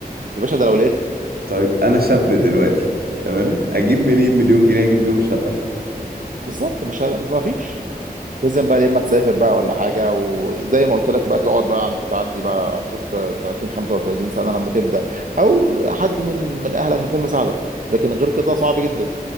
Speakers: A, on the right (about 55°); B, on the right (about 70°).
A: يا باشا ده لو لقيتها
B: طيب انا شاب دلوقتي تمام اجيب منين مليون جنيه اجيب بيهم شقة
A: بالظبط مش ه... ما فيش لازم بقى يا اما تسافر بقى ولا حاجه وزي ما قلت لك بقى تقعد بقى عند- تعدي بقى شوف 30 35 سنه لما تبدا او حد من من اهلك يكون مساعدك لكن غير كده صعب جدا